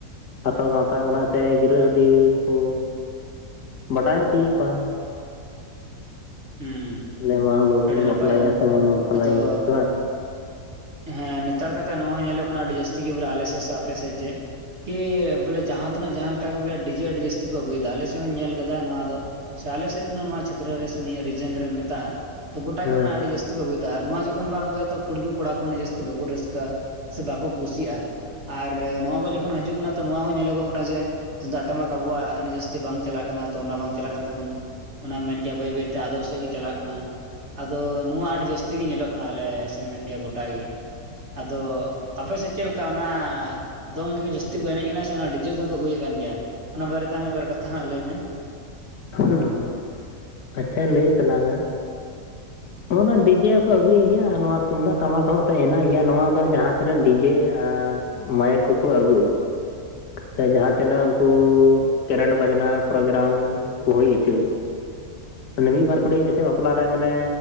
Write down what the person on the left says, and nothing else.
ᱦᱟᱛᱟᱣᱟ ᱜᱟᱶᱛᱟ ᱚᱱᱟᱛᱮ ᱜᱤᱨᱟᱹ ᱦᱟᱺᱰᱤ ᱠᱚ ᱵᱟᱰᱟᱭ ᱚᱪᱚᱭᱮᱫ ᱠᱚᱣᱟ
ᱟᱞᱮ ᱢᱟ ᱵᱟᱹᱵᱩ
ᱵᱚᱱ
ᱵᱟᱯᱞᱟᱭᱟ ᱥᱮ ᱢᱟᱹᱭ ᱵᱚᱱ ᱵᱟᱯᱞᱟᱭᱮᱭᱟ
ᱥᱮ ᱵᱟᱝ
ᱦᱮᱸ
ᱦᱩᱸ ᱟᱪᱪᱷᱟᱹᱧ ᱞᱟᱹᱭ ᱮᱫ ᱛᱟᱞᱟᱝᱟ ᱦᱚᱱᱟ ᱰᱤᱡᱮ ᱦᱚᱸᱠᱚ ᱟᱹᱜᱩᱭ ᱜᱮᱭᱟ ᱟᱨ ᱱᱚᱣᱟ ᱛᱩᱢᱫᱟᱜ ᱴᱟᱢᱟᱠ ᱦᱚᱸᱛᱚ ᱦᱮᱱᱟᱜ ᱜᱮᱭᱟ ᱱᱚᱣᱟ ᱫᱚ ᱡᱟᱦᱟᱸ ᱛᱤᱱᱟᱹᱜ ᱰᱤᱡᱮ ᱟᱨ ᱢᱟᱭᱮᱠ ᱠᱚᱠᱚ ᱟᱹᱜᱩᱭ ᱥᱮ ᱡᱟᱦᱟᱸᱛᱤᱱᱟᱹᱜ ᱩᱱᱠᱩ ᱠᱨᱮᱱᱴ ᱵᱟᱡᱽᱱᱟ ᱯᱨᱳᱜᱽᱨᱟᱢ ᱠᱚ ᱦᱩᱭ ᱦᱚᱪᱚᱭ ᱢᱟᱱᱮ ᱢᱤᱫ ᱵᱟᱨ ᱠᱩᱲ ᱡᱮᱥᱮ ᱵᱟᱯᱞᱟᱨᱮ ᱢᱟᱱᱮ